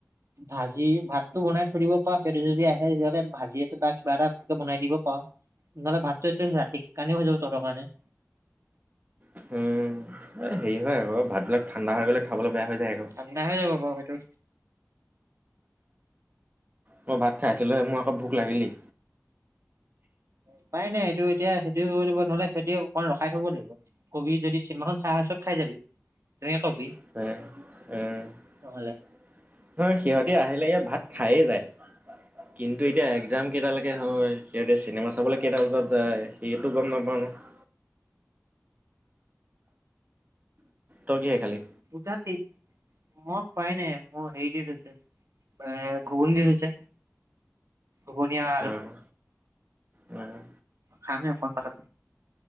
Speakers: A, on the right; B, on the right.
A: ভাজি ভাতটো বনাই থৈ দিব পাৰ, সিহতে যদি আহে তেতিয়াহলে ভাজি <unintelligible> বা কিবা এটা ফটকৈ বনাই দিব পাৰ। নহ'লে ভাতটো, এইটো ৰাতি কাৰনেও হৈ যাব তহতৰ কাৰণে।
B: উম, এই হেৰি হয় আৰু, ভাতবিলাক ঠান্ডা হৈ গ'লে খাবলৈ বেয়া হৈ যায়। আকৌ।
A: ঠান্ডা হৈ যাব বাৰু সেইটো।
B: মই ভাত খাই আছিলোহে মোৰ আকৌ ভোক লাগিলেই।
A: উপাই নাই সেইটো এতিয়া সেইটো <unintelligible> খেতি অকনমান ৰখাই থব লাগিব। কবি যদি চিনেমাখন চাই আছ খাই যাবি তেনেকে কবি।
B: <unintelligible>
A: নহ'লে।
B: নহয় সিহতি আহিলৈ ইয়াত ভাত খায়ে যায়। কিন্তু এতিয়া এক্সাম কেইটালৈকে হয়, সসিহঁতেকককৰকৰসিহঁতেককক চিনেমা চাবলৈ কেইটা বজাত যায়, সেইটো গ'ম নাপাওঁ ন'। ৰ পশলা, তই কিহেৰে খালি?
A: দুতা <unintelligible> মই খুৱাই নাই মোৰ হেৰি দি থৈছে এ, ঘুগনী দি থৈছে। ঘুগনী আ
B: উম, উম।
A: খাম হে অকন পাছত।